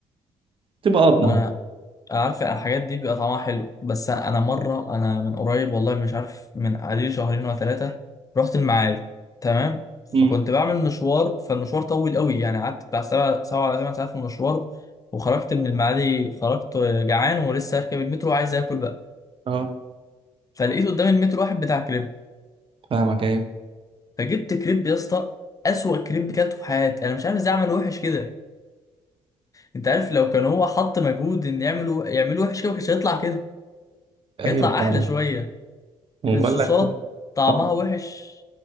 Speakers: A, on the right; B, on the left.
A: تبقى اضمن
B: انا عارف الحاجات دي بيبقى طعمها حلو بس انا مره انا من قريب والله مش عارف من عليه شهرين ولا ثلاثه رحت المعادي تمام فكنت
A: امم
B: بعمل مشوار فالمشوار طويل قوي يعني قعدت بتاع سبع سبع ولا ثمان ساعات في المشوار وخرجت من المعادي خرجت جعان ولسه هركب المترو وعايز اكل بقى
A: اه
B: فلقيت قدام المترو واحد بتاع كريب
A: فاهمك ايوه
B: فجبت كريب يا اسطى اسوأ كريب كلته في حياتي انا مش عارف ازاي عمله وحش كده انت عارف لو كان هو حط مجهود ان يعمله يعمله وحش كده ما كانش هيطلع كده كان
A: ايوه
B: هيطلع
A: فاهمك
B: احلى شويه
A: بقول
B: الصوصات
A: لك إيه،
B: طعمها
A: اه
B: وحش